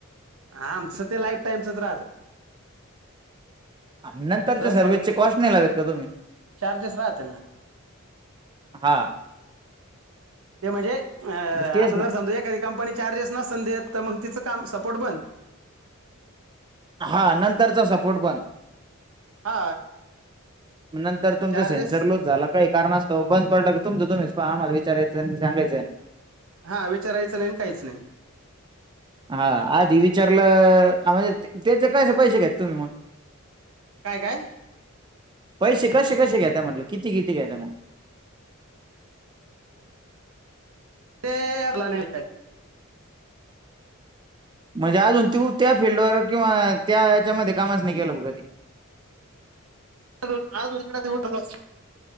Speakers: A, on the right (about 75°); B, on the right (about 20°).
A: आमचं ते लाईफ टाईमचच राहतं.
B: नंतरच्या
A: जर
B: सर्व्हिस
A: समजा
B: ची कॉस्ट नाही लागत का तुम्ही
A: चार्जेस राहतं ना
B: हा
A: ते म्हणजे अ
B: तेच
A: आता
B: ना
A: जर समजा एखादी कंपनी चार्जेस नसेन देत तर मग तीचं का सपोर्ट ब
B: हा नंतरचा सपोर्ट पण
A: हा
B: ग नरुमचा
A: चार्जेस
B: सेन्सर लूज झाला का कारण त बंद पडलं तुमचं तुम्हीच आम्हाला विचारयचं आणि सगायचं आणि
A: हा विचारायचं नाही काहीच नाही.
B: हा आधी विचारलं म्हणजे त्याचे कसे पैसे का तुम्ही मण
A: काय काय.
B: पैसे कसे कसे घता म्हटल किती किती घता मग
A: ते यारला नाही
B: म्हणजे अजून तू त्या फिल््डवर किंवा त्या याच्यामध्ये कामाच नाही केलं बघी
A: हो हा तु इकड ते उठ